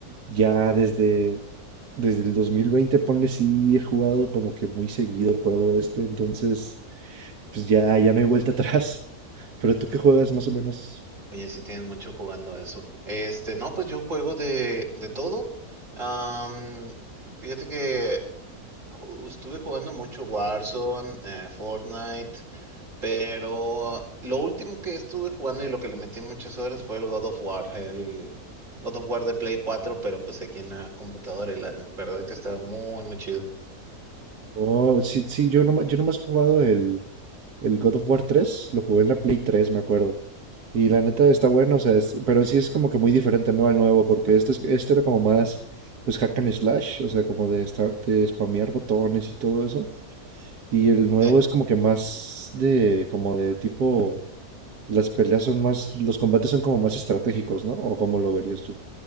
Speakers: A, on the right; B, on the right.
A: ya desde, desde el 2020, ponle, sí he jugado como que muy seguido el juego este, entonces pues ya, ya no hay vuelta atrás. <laughs> Pero tú qué juegas más o menos.
B: Oye, sí tienes mucho jugando eso. Este, no, pues yo juego de, de todo. Am, fíjate que ju- Estuve jugando mucho Warzone, eh, Fortnite, pero lo último que estuve jugando y lo que le metí muchas horas fue el God of War, el God of War de Play cuatro pero pues aquí en la computadora y la verdad que está muy, muy chido.
A: Oh, sí, sí, yo, no, yo nomás he jugado el, el God of War 3 lo jugué en la Play 3 me acuerdo. Y la neta está bueno, o sea, es- pero sí es como que muy diferente, ¿no? Al nuevo, porque este, es- este era como más, pues, hack and slash, o sea, como de, estar, de spamear botones y todo eso. Y el nuevo
B: Eh,
A: es como que más de, como de tipo, las peleas son más, los combates son como más estratégicos, ¿no? ¿O cómo lo verías tú?